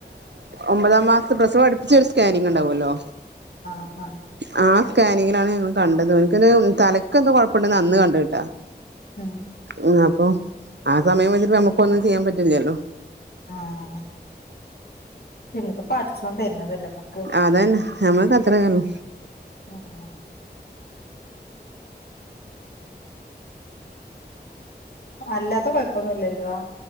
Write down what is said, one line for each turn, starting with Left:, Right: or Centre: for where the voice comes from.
Right: ഒമ്പതാം മാസത്തെ പ്രസവം അടുപ്പിച്ചൊരു സ്കാനിങ് ഉണ്ടാവുമല്ലോ
Left: ആഹ ആഹ
Right: ആഹ് ആ സ്കാനിങ്ങിലാണ് ഞങ്ങള് കണ്ടത് ൻക്ക്ത് തലക്കെന്തോ കൊഴപ്പണ്ട്ന്നാ അന് കണ്ടത്ട്ടാ
Left: ഉം
Right: ഏഹ് അപ്പൊ ആ സമയം വെച്ചിട്ട് നമുക്കാെന്നും ചെയ്യാൻ പറ്റില്ല്യല്ലോ
Left: ആഹ് പിന്നപ്പോ പട്ച്ചാേൻ തര്ണതല്ലെ മ്മക്ക്
Right: അതെന്നേ ഞമ്മൾക്കത്രെന്നെള്ളു
Left: ഉം ഊം അല്ലാത്ത കൊഴപ്പൊന്നുല്ല്യല്ലോ